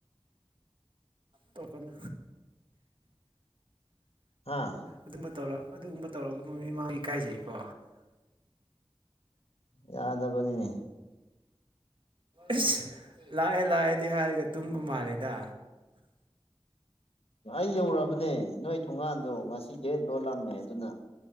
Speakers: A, on the right; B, on the left.
A: ꯇꯧꯀꯅꯨ
B: ꯍꯥ
A: ꯑꯗꯨꯝꯕ ꯇꯧꯔꯒ ꯑꯗꯨꯒꯨꯝꯕ ꯇꯧꯔꯒ ꯃꯤꯃꯥꯡꯒꯤ ꯏꯀꯥꯏꯖꯩꯀꯣ
B: ꯌꯥꯗꯕꯅꯤꯅꯦ
A: ꯑꯁ ꯂꯥꯛꯑꯦ ꯂꯥꯛꯑꯦꯗꯤ ꯍꯥꯏꯔꯒ ꯇꯨꯝꯕ ꯃꯥꯜꯂꯦꯗ
B: ꯑꯩ ꯌꯧꯔꯕꯅꯦ ꯅꯣꯏ ꯊꯣꯡꯒꯥꯟꯗꯣ ꯉꯁꯤ ꯒꯦꯠ ꯂꯣꯜꯂꯝꯃꯦ ꯑꯗꯨꯅ